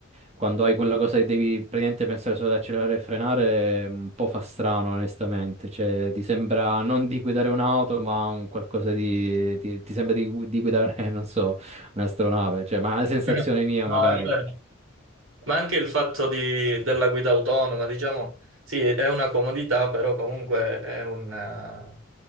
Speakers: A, on the right (about 35°); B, on the right (about 85°).
A: quando hai quella cosa che devi praticamente pensare solo ad accelerare e frenare, è un po' fa strano onestamente, cioè ti sembra non di guidare un'auto ma un qualcosa di, di- ti sembra di, gu- di guidare, <laughs> non so, un'astronave, cioè, ma è una sensazione
B: <laughs>
A: mia
B: No,
A: magari.
B: è vero. Ma anche il fatto di- della guida autonoma, diciamo, sì, è una comodità, però comunque è un, eh,